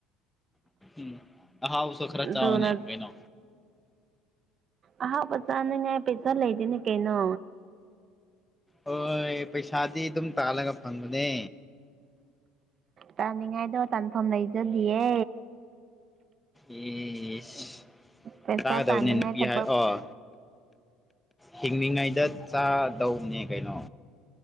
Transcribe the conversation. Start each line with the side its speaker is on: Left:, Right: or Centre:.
Centre: ꯎꯝ ꯑꯥꯍꯥꯎꯕꯁꯨ‌ ꯈꯔ
Right: ꯑꯗꯨꯅ
Centre: ꯆꯥꯑꯣꯅꯦ ꯀꯩꯅꯣ
Right: ꯑꯍꯥꯎꯕ ꯆꯥꯅꯤꯉꯥꯏ ꯄꯩꯁꯥ ꯂꯩꯗꯦꯅꯦ ꯀꯩꯅꯣ
Centre: ꯍꯣꯏ ꯄꯩꯁꯥꯗꯤ ꯑꯗꯨꯝ ꯇꯥꯜꯂꯒ ꯐꯪꯕꯅꯦ
Right: ꯇꯥꯅꯤꯡꯉꯥꯏꯗꯣ ꯇꯥꯟꯐꯝ ꯂꯩꯖꯗꯤꯌꯦ
Centre: ꯌꯦꯁ
Right: ꯄꯩꯁꯥ
Centre: ꯇꯥꯒꯗꯕꯅꯦ
Right: ꯇꯥꯅꯤꯡꯉꯥꯏ
Centre: ꯅꯨꯄꯤ
Right: ꯊꯕꯛ
Centre: ꯍꯥꯏ ꯑꯣ ꯍꯤꯡꯂꯤꯉꯩꯗ ꯆꯥꯗꯧꯅꯦ ꯀꯩꯅꯣ